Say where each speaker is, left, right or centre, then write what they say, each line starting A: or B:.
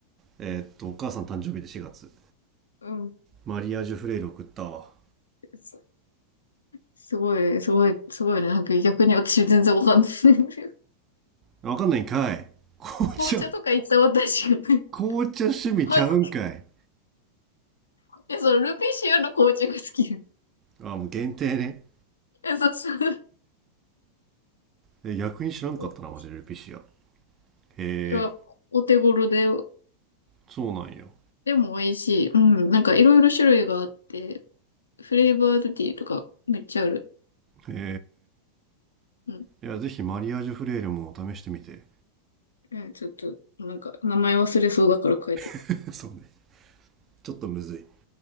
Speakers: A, on the right; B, on the left.
A: えーっと、お母さん誕生日で4月、
B: うん。
A: マリアージュフレール送ったわ。
B: すすごい、すごい、すごいね。なんか逆に私全然わかんない。<laughs>
A: わかんないんかい。紅茶、
B: 紅茶とか行った私がね、
A: 紅茶趣味ちゃうんかい。
B: 恥ずかしくて、そのルピシアの紅茶が好き。
A: あ、もう限定ね。
B: え、そうそう。
A: え、逆に知らんかったな、
B: <laughs>
A: マジでルピシア。へえ、
B: いや、お手頃で、
A: そうなんよ。
B: でも美味しい。うん。なんかいろいろ種類があって、フレーバードティーとかめっちゃある。
A: へ
B: うん。
A: え。いや、ぜひマリアージュフレールも試してみて。
B: えちょっと、なんか、名前忘れそうだから書いとく。
A: <laughs> そうね。ちょっとむずい